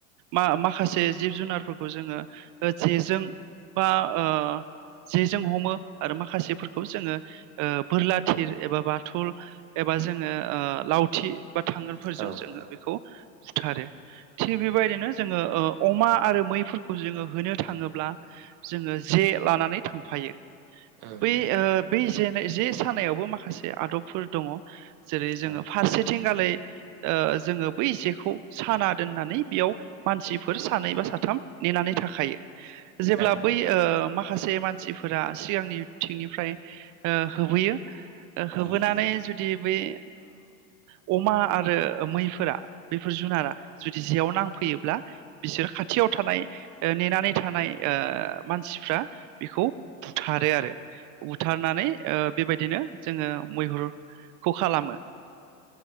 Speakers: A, on the right; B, on the right.
A: मा मा माखासे जिब जुनारफोरखौ जोङो ओ जेजों बा ओ जेजों हमो आरो माखासेफोरखौ जोङो ओ बोरला थिर एबा बाथल एबा जोङो ओ लावथि बा थांगोनफोरजों
B: औ औ नोंथां
A: जोङो बेखौ बुथारो थिग बेबायदिनो जोङो ओ अमा आरो मैफोरखौ जोङो होनो थाङोब्ला जोङो जे लानानै थांफायो
B: औ
A: बै
B: नोंथां
A: ओ बै जे सानायावबो माखासे आदबफोर दङ जेरै जोङो
B: औ
A: फारसेथिंगालै ओ जोङो बै जेखौ साना दोननानै बेयाव मानसिफोर सानै बा साथाम नेनानै थाखायो जेब्ला
B: औ नोंथां औ नोंथां औ नोंथां औ नोंथां औ नोंथां औ नोंथां औ नोंथां औ नोंथां औ नोंथां औ नोंथां औ
A: बै ओ माखा माखासे मानसिफोरा सिगांनि थिंनिफ्राय ओ होबोयो ओ होबोनानै
B: नोंथां
A: जुदि बे ओ अमा आरो मैफोरा बेफोर जुनारा जुदि जेयाव नांफैयोब्ला। बिसोर खाथियाव थानाय नेनानै थानाय मानसिफ्रा बेखौ बुथारो आरो बुथारनानै बेबायदिनो जोङो मैहुरखौ खालामो।